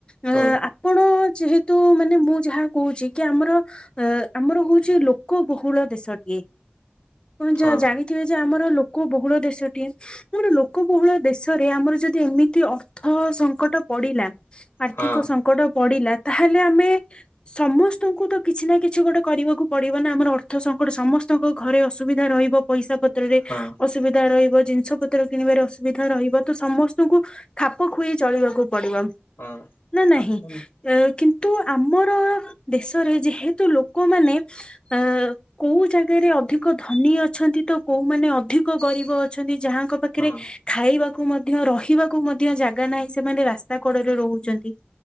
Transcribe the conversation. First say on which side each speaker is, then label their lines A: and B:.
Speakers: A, on the left; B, on the left.
A: ଅ
B: ହଁ
A: ଆପଣ ଯେହେତୁ ମାନେ ମୁଁ ଯାହା କହୁଛି। କି ଆମର ଅ ଆମର ହଉଛି ଲୋକ ବହୁଳ ଦେଶଟିଏ। ଆପଣ ଯ
B: ହଁ
A: ଜାଣିଥିବେ ଯେ ଆମର ଲୋକ ବହୁଳ ଦେଶଟିଏ। ଗଟେ ଲୋକବହୁଳ ଦେଶରେ, ଆମର ଯଦି ଏମିତି ଅର୍ଥ ସଙ୍କଟ ପଡିଲା। ଆର୍ଥିକ
B: ହଁ
A: ସଙ୍କଟ ପଡିଲା, ତାହେଲେ ଆମେ ସମସ୍ତଙ୍କୁ ତ କିଛି ନା କିଛି ଗୋଟେ କରିବାକୁ ପଡିବ ନା। ଆମର ଅର୍ଥ ସଙ୍କଟ ସମସ୍ତଙ୍କ ଘରେ ଅସୁବିଧା ରହିବ। ପଇସା ପତ୍ରରେ
B: ହଁ
A: ଅସୁବିଧା ରହିବ। ଜିନିଷ ପତ୍ର ପତ୍ର କିଣିବାରେ ଅସୁବିଧା ରହିବ। ତ ସମସ୍ତଙ୍କୁ ଖାପ ଖୁଆଇ ଚଳିବାକୁ ପଡିବ।
B: ହଁ।
A: ନାଁ ନାହିଁ।
B: ଆପଣ
A: ଏ କିନ୍ତୁ ଆମର ଦେଶରେ ଯେହେତୁ ଲୋକମାନେ ଅ କୋଉ ଜାଗାରେ‌ ଅ ଅଧିକ ଧନୀ ଅଛନ୍ତି ତ କୋଉମାନେ ଅଧିକ ଗରିବ ଅଛନ୍ତି ଯାହାଙ୍କ ପାଖରେ
B: ହଁ
A: ଖାଇବାକୁ ମଧ୍ୟ ରହିବାକୁ ମଧ୍ୟ ଜାଗା ନାହିଁ। ସେମାନେ ରାସ୍ତା କଡରେ ରହୁଚନ୍ତି।